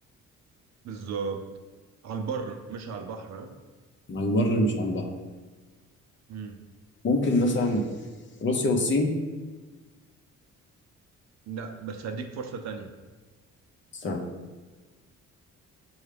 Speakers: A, on the right; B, on the left.
A: بالظبط على البر مش على البحر ها؟
B: على البر مش على البحر
A: مم.
B: ممكن مثلا روسيا والصين
A: لا بس هديك فرصة تانية
B: استنى